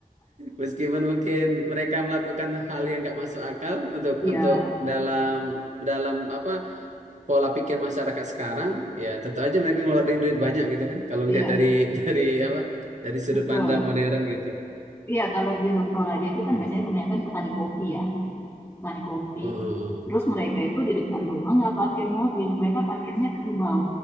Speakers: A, on the right (about 55°); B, on the left (about 15°).
A: Meskipun mungkin mereka melakukan hal yang nggak masuk akal untuk
B: Iya,
A: untuk dalam dalam apa pola pikir masyarakat sekarang, ya tentu aja mereka ngeluarin duit banyak gitu kan. Kalau
B: iya,
A: ngelihat dari <laughs> dari apa dari sudut
B: betul.
A: pandang modern gitu.
B: Iya, kalau di Toraja itu kan
A: Iya.
B: biasanya kebanyakan petani kopi ya, petani kopi.
A: Oh,
B: Terus mereka itu di depan rumah nggak parkir mobil, mereka parkirnya kerbau.